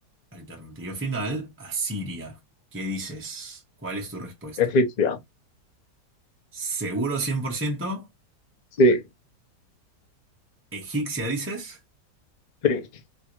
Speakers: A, on the right; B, on the left.
A: alternativa final, asiria. ¿Qué dices? ¿Cuál es tu respuesta?
B: Egipcia.
A: ¿Seguro cien por ciento,
B: Sí,
A: ¿Egipcia dices?
B: sí.